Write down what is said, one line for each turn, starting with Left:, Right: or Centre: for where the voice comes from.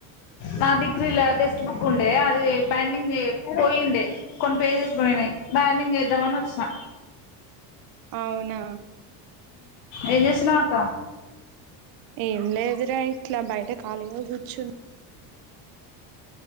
Left: నా డిగ్రీల టెక్స్ట్ బుక్ ఉండే అది ప బంగ్ పోయింది కొన్ని పేజెస్ పోయినాయి బ్యాండింగ్ చేద్దామని వచ్చినా
Right: అవునా
Left: ఏ చేస్తున్నావ్ అక్క
Right: ఏంలేదరే యిట్లా బయట ఖాళీగా గుర్చున్న